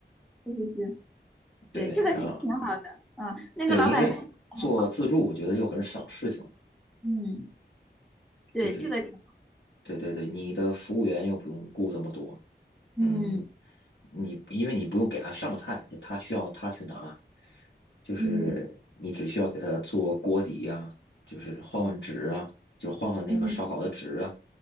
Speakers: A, in the centre; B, on the left.
A: 确实是，
B: 对，
A: 对，这个其实挺好的，
B: 然后
A: 嗯，那个老板身体很好，
B: 对，因为做自助我觉得又很省事情嘛，
A: 嗯，对，
B: 就是
A: 这个挺
B: 对对对，你的服务员又不用雇这么多，
A: 嗯
B: 嗯，你因为你不用给他上菜，就他需要他去拿，就是你只需要给他做锅底呀、
A: 嗯。
B: 就是换换纸啊，就换换那个烧烤的纸啊，
A: 嗯